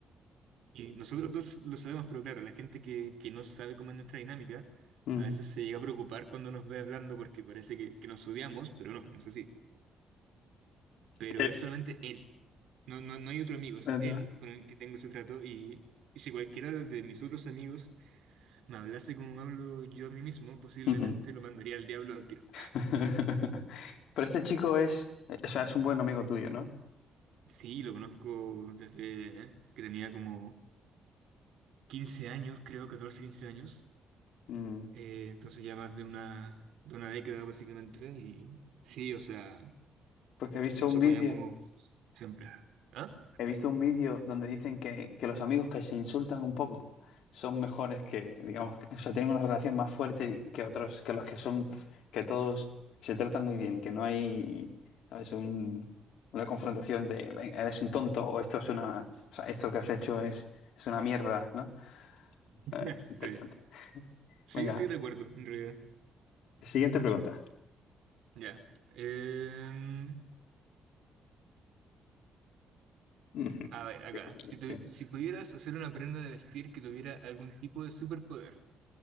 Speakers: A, on the right; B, on the left.
A: Y nosotros dos lo sabemos, pero claro, la gente que, que no sabe cómo es nuestra dinámica,
B: Mm.
A: a veces se llega a preocupar cuando nos ve hablando porque parece que, que nos odiamos, pero no, no es así. Pero
B: Eh,
A: es solamente él. No, no, no hay otro amigo, es
B: eh, no.
A: él con el que tengo ese trato y, y si cualquiera de mis otros amigos me hablase como hablo yo a mí mismo, posiblemente
B: Ujú.
A: lo mandaría al diablo al tiro.
B: <laughs> Pero este chico es, eh, o sea, es un buen amigo tuyo, ¿no?
A: Sí, lo conozco desde ¿eh? que tenía como 15 años, creo, 14 15 años.
B: Mm,
A: Eh, entonces ya más de una, de una década básicamente y sí, o sea,
B: porque he visto
A: nos
B: un
A: apoyamos
B: vídeo,
A: siempre. ¿Ah?
B: he visto un vídeo donde dicen que, que los amigos que se insultan un poco son mejores que, digamos, que- o sea, tienen una relación más fuerte que otros, que los que son, que todos se tratan muy bien, que no hay, ¿sabes? Un- una confrontación de, "Ven, eres un tonto o esto es una, o sea, esto que has hecho es, es una mierda, ¿no?
A: <laughs>
B: Eh,
A: Sí,
B: interesante.
A: sí,
B: Venga,
A: estoy de acuerdo, en realidad.
B: siguiente pregunta.
A: Ya. Em,
B: Ujú.
A: a ver, acá, si, tu-
B: Sí.
A: si pudieras hacer una prenda de vestir que tuviera algún tipo de superpoder,